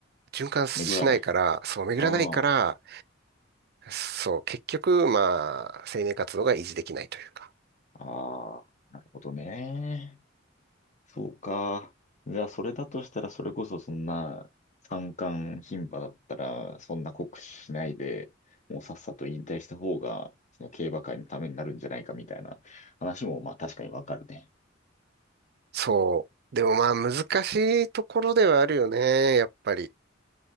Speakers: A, on the right; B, on the left.
A: 循環しないから、
B: 巡らない。
A: そう、巡らないから、
B: ああ、
A: そう、結局、まあ、生命活動が維持できないというか。
B: ああ、なるほどね。そうか。じゃあ、それだとしたら、それこそそんな三冠牝馬だったら、そんな酷使しないで、もうさっさと引退した方が、その競馬界のためになるんじゃないかみたいな話も、まあ確かにわかるね。
A: そう。でもまあ難しいところではあるよね、やっぱり。